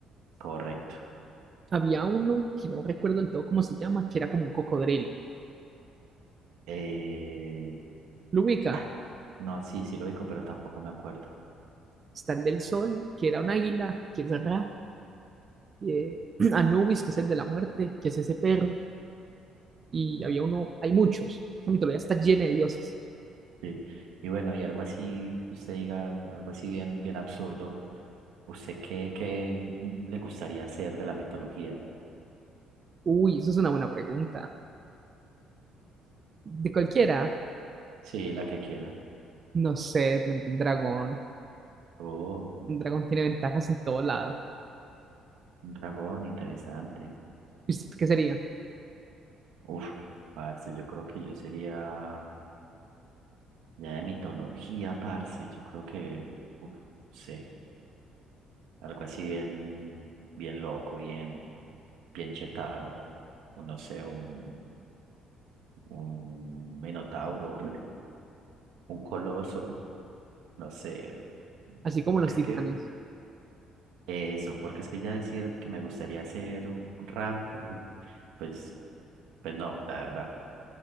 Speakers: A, on the right (about 85°); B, on the right (about 30°).
A: correcto.
B: Había uno que no recuerdo del todo cómo se llama, que era como un cocodrilo.
A: Eh,
B: Lo ubica,
A: ah, no, sí, sí lo digo, pero tampoco me acuerdo.
B: está el del sol, que era un águila, que es Ra, eh, <clears throat> Anubis, que es el de la muerte, que es ese perro y había uno, hay muchos. La mitología está llena de dioses.
A: Sí. Y bueno, y algo así que usted diga, algo así bien, bien absurdo. ¿Usted qué, qué le gustaría hacer de la mitología?
B: Uy, eso es una buena pregunta. De cualquiera,
A: Sí, la que quiera.
B: no sé, de pronto un dragón.
A: Oh,
B: Un dragón tiene ventajas en todo lado.
A: un dragón, interesante.
B: ¿Y usted qué sería?
A: Uf, parce, yo creo que yo sería ya de mitología, parce. Yo creo que, uf, no sé, algo así bien, bien loco, bien, bien chetado. O no sé, un, un minotauro, un coloso, no sé.
B: Así como
A: Porque
B: los
A: es
B: titanes.
A: que eso, porque es que ya decir que me gustaría ser un rap, <clears throat> <laughs> pues, pues no, la verdad.